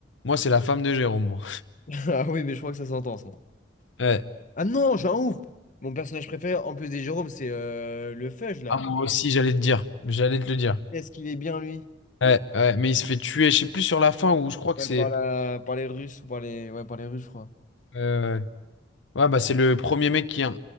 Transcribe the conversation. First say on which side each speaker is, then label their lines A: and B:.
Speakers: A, on the left; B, on the left.
A: moi, c'est la femme de Jérôme, moi.
B: <laughs> Ah oui, mais je crois que ça s'entend, ça.
A: Ouais.
B: Ah non, j'ai un ouf! Mon personnage préféré, en plus des Jérômes, c'est euh, le Fudge, là.
A: Ah, moi aussi, j'allais te dire. J'allais te le dire.
B: Est-ce qu'il est bien, lui?
A: Ouais, ouais, mais il se fait tuer, je sais plus sur la fin où je crois
B: Ouais,
A: que c'est.
B: par la... par les Russes ou par les... Ouais, par les Russes, je crois.
A: euh, ouais, bah, c'est le premier mec qui a,